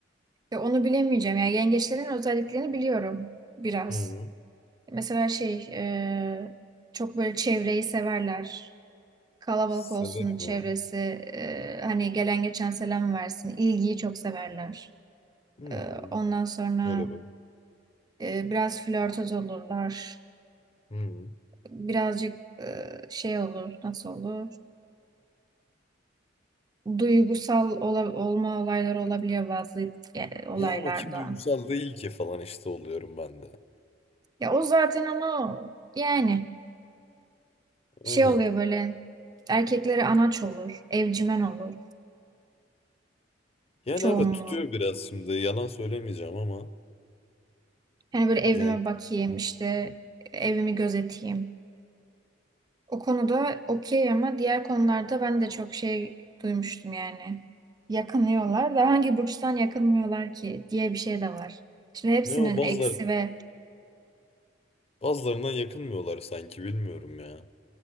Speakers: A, on the right; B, on the left.
A: ya onu bilemeyeceğim. Yani yengeçlerin özelliklerini biliyorum biraz.
B: Hı,
A: Mesela şey e, çok böyle çevreyi severler. Kalabalık
B: severim
A: olsun çevresi.
B: abi.
A: e, hani gelen geçen selam versin. ilgiyi çok severler.
B: Hı,
A: E, ondan sonra
B: öyle böyle.
A: e, biraz flörtöz olurlar.
B: Hı.
A: Birazcık e, şey olur. Nasıl olur? Duygusal ola- olma olayları olabiliyor bazı e, olaylarda.
B: Ya ama kim duygusal değil ki falan işte oluyorum ben de.
A: Ya o zaten onu yani şey
B: Aynen.
A: oluyor böyle erkekleri anaç olur, evcimen olur
B: Yani
A: çoğunluğu.
B: evet tutuyor biraz şimdi. Yalan söylemeyeceğim ama
A: Hani böyle evime
B: yani
A: bakayım işte evimi gözeteyim. O konuda okey ama diğer konularda ben de çok şey duymuştum yani. Yakınıyorlar da hangi burçtan yakınmıyorlar ki diye bir şey de var. Şimdi hepsinin
B: ne o bazılar
A: eksi ve
B: bazılarından yakınmıyorlar sanki bilmiyorum ya.